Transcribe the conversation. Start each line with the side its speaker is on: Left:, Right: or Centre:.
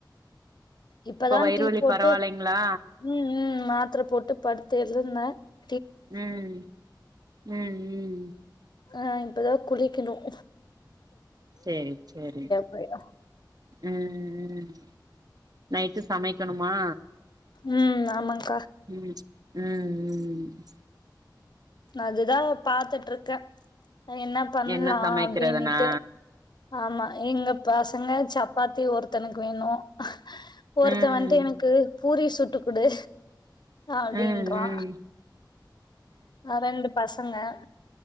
Left: இப்பதான்
Right: வயிறு
Left: டீ
Right: வலி
Left: போட்டு
Right: பரவாயில்லைங்களா
Left: ம் ம் மாத்திர போட்டு பஇருந்தக்கிட்இருந்தே
Right: உம் உம் உம்
Left: ஹ இப்பதான் குளிக்குணும்
Right: செரி செரி
Left: போயிடு
Right: உம் உம் உம் நைட்டு சமைக்கணுமா
Left: உம் ஆமாங்க
Right: <unintelligible> உம் உம்
Left: அதுதான் பாத்துட்டுருக்கே என்ன பண்ணலாம்
Right: என்ன சமைக்கிறதுனா
Left: அப்டினுட்டு ஆமா எங்க பசங்க சப்பாத்தி ஒருத்தனுக்கு வேணும் ஒருத்தன்
Right: ம்
Left: வந்துட்டு எனக்கு பூரி சுட்டு ட்டுக்குடு அப்டின்றா
Right: ம் ம்
Left: ஆ ரெண்டு பசங்க <inaudible>